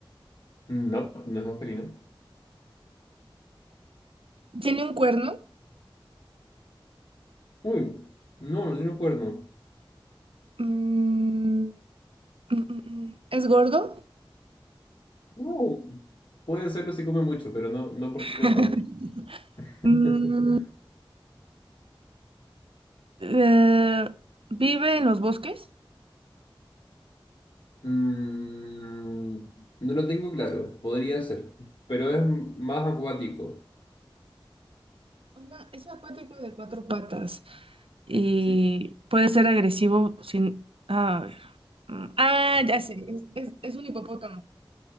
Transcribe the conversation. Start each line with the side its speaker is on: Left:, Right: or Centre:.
Left: No, no es un felino.
Right: ¿Tiene un cuerno?
Left: Uy, no, no tiene un cuerno.
Right: Mm, mm, mm, mm. mm, ¿es gordo?
Left: No. Puede serlo si come mucho, pero no, no por default.
Right: <laughs> Mm,
Left: <laughs>
Right: eh, ¿vive en los bosques?
Left: Mm, no lo tengo claro, podría ser, pero es más acuático.
Right: Una- es acuático de cuatro patas. y
Left: Sí.
Right: puede ser agresivo sin... A ver. mm, Ah, ya sé, es, es- es un hipopótamo.